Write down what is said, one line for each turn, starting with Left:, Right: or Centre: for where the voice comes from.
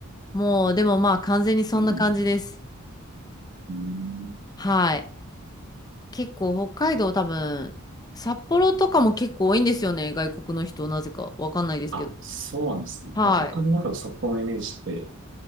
Left: もう、でもまあ完全にそんな感じです。
Right: うん、うん、
Left: はい。結構北海道多分、札幌とかも結構多いんですよね。外国の人、なぜか。わかんないですけど。
Right: あ、そうなんですね。
Left: はい。
Right: まあ僕の中の札幌のイメージって、